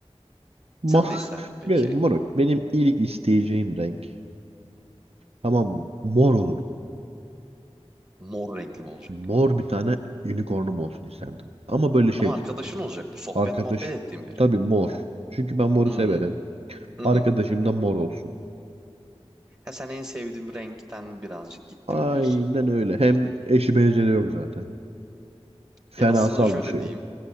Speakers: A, on the right; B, on the right.
A: Ma
B: Sen
A: <laughs>
B: ne isterdin peki?
A: Gel, moruk. Benim ilk isteyeceğim renk. Tamam mı? Mor olurdu.
B: Mor renkli mi olacak?
A: Mor bir tane unicornum olsun isterdim. Ama böyle şey.
B: Ama arkadaşın olacak bu sohbet
A: Arkadaş.
B: muhabbet ettiğin biri.
A: Tabii mor. Çünkü ben moru
B: Hmm.
A: severim.
B: Hı
A: Arkadaşım
B: hı.
A: da mor olsun.
B: Ha, sen en sevdiğim renkten birazcık gittim
A: Aynen
B: diyorsun.
A: öyle. Hem eşi benzeri yok zaten. Fenasal
B: Ya aslında şöyle
A: bir şey.
B: diyeyim.